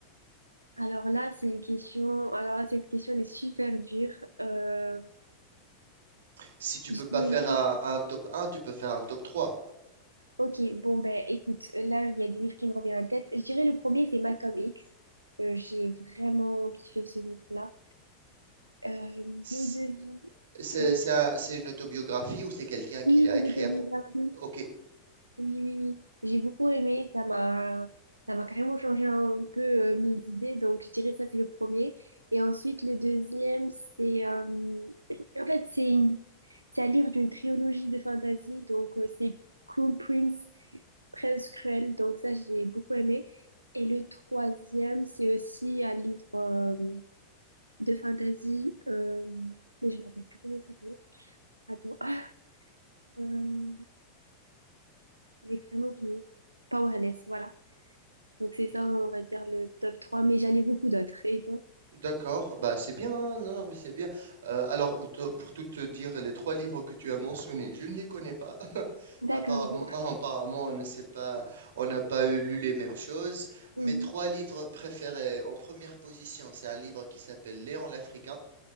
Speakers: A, on the right; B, on the right.
A: Alors là, c'est une question. Alors là, cette question elle est super dure. Euh,
B: Si tu
A: je
B: peux pas
A: dirais-
B: faire un, un top un, tu peux faire un top 3.
A: Ok, bon ben, écoute, là, il y a des livres qui me reviennent en tête. Je dirais le premier, c'est Malcolm X. Euh, j'ai vraiment kiffé ce livre-là. Euh,
B: C'est
A: le deuxième,
B: c'est
A: oui,
B: un- c'est une autobiographie ou c'est quelqu'un
A: oui,
B: qui l'a
A: c'est
B: écrit
A: l'autobiographie.
B: à pro- Ok,
A: Oui, oui, oui. J'ai beaucoup aimé. Ça m'a, ça m'a carrément changé un peu euh, mes idées. Donc, je dirais ça, c'est le premier. Et ensuite, le deuxième, c'est, euh, en fait, c'est une- c'est à lire d'une trilogie de fantasy. Donc, euh, c'est Crown Prince, Prince Cruel. Donc, ça, j'ai beaucoup aimé. Et le troisième, c'est aussi un livre euh, de fantasy. euh, mais je me rappelle plus comment il s'appelle. Attends, <laughs> Euh, j'ai carrément oublié. Powerless, voilà. Donc c'est ça,
B: D-
A: on va dire le top 3. mais j'en ai beaucoup d'autres. Et toi?
B: D'accord, bah c'est bien, hein. non, non, mais c'est bien. Euh, alors, te- pour tout te dire, les trois livres que tu as mentionnés, je ne les connais pas. <laughs>
A: D'accord,
B: Apparemment,
A: bon.
B: ah, apparemment, on ne sait pas, on n'a pas eu- lu les mêmes choses. Mes
A: Mhm.
B: trois livres préférés, en première position, c'est un livre qui s'appelle Léon l'Africain.